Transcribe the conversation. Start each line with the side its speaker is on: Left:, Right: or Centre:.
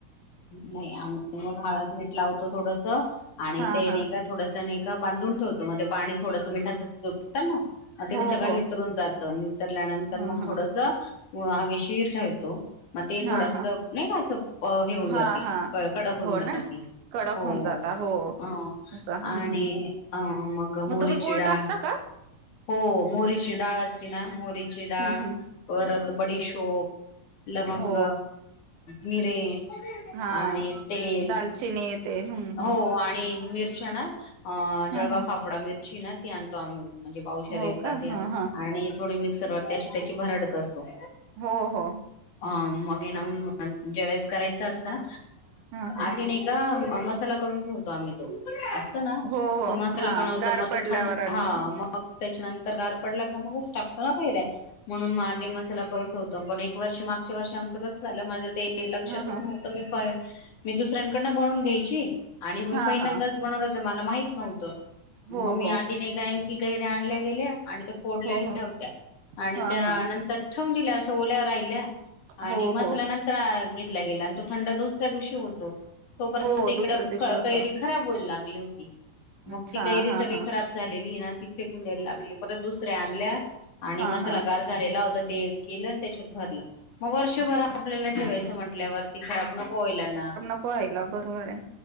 Left: नाही. आम्ही मग हळद मीठ लावतो थोडसं आणि
Right: हा
Left: ते
Right: हा
Left: नाही का थोडसं बांधून ठेवतो मग ते पाणी थोडस मिठाचं सुटतं ना ते
Right: हो
Left: मी सगळं
Right: हो
Left: नितरून जातं. उतरल्यानंतर
Right: हा
Left: मग
Right: हा
Left: थोडसं हवेशीर ठेवतो. मग ते थोडसं
Right: हा हा
Left: नाही का असं. हे होऊन
Right: हा
Left: जाते,
Right: हा
Left: कडक होऊन
Right: हो
Left: जाते.
Right: ना कडक
Left: हो
Right: होऊन
Left: हो.
Right: जाता
Left: अ
Right: असं
Left: आणि
Right: हम्म हम्म
Left: अ मग मोहरीची
Right: तुम्ही गुळ
Left: डाळ
Right: टाकता का
Left: हो. मोहरीची डाळ असते ना मोहरीची डाळ
Right: हम्म हम्म
Left: परत बडीशोप, लवंग,
Right: हो
Left: मिरे
Right: हा
Left: आणि तेल.
Right: दालचिनी येते हम्म
Left: हो.
Right: हम्म
Left: आणि मिरच्या ना जळगाव
Right: हा हा
Left: फाफडा मिरची ना ती आणतो आम्ही म्हणजे पाऊशर
Right: हो
Left: एक
Right: का
Left: आणि
Right: हा हा
Left: थोडी मिक्सरवरती अशी त्याची भरड करतो
Right: हो हो
Left: अ मग आहे ना. ज्यावेळेस करायच असतना
Right: हा हा
Left: आधी नाही का मस्त. म करून ठेवतो आम्ही तो असतो ना
Right: हो हो
Left: तो मसाला
Right: हा
Left: बनवतो
Right: गार
Left: मग
Right: पडल्यावर
Left: तो थंड
Right: आणि
Left: हा मग त्याच्यानंतर गार पडला का मगच टाकतो ना काही रय म्हणून आधी मसाला करून ठेवतो पण एक वर्षी मागच्या वर्ष आमचं कस झालं माझ ते लक्षातच
Right: हा हा
Left: नव्हतं मी मी दुसऱ्यांकडन बनून घ्यायची. आणि
Right: हा
Left: पहिल्यांदाच
Right: हा
Left: बनवलं होत मला माहित नव्हतं
Right: हो
Left: मम मी
Right: हो
Left: आधी नाही काय की काही रा आणल्या गेल्या आणि त्या फोडलेल्या
Right: हो हो
Left: होत्या आणि
Right: हा
Left: त्यानंतर
Right: हा
Left: दि अस ओल्यावर राहिल्या आणि
Right: हो
Left: मसाल्या
Right: हो
Left: नंतर ग तो थंड दुसऱ्या दिवशी होतो तोपर्यंत
Right: हो
Left: इकडेरी
Right: दुसऱ्या दिवशी होत
Left: खराब हो लाग मग
Right: अच्छा
Left: ती काहीरी
Right: हा
Left: सगळी
Right: हा
Left: खराब झालेली ना. फेकून द्यायला लागली परत दुसऱ्या आणल्या आणि
Right: हा
Left: मसाला
Right: हा
Left: गार झालेला होता ते केलं त्याच्यात भरलं मग वर्षभर
Right: अच्छा
Left: आपल्याला ठेवायचं म्हंटल्यावरती खराब नको होईला ना.
Right: यला बरोबर आहे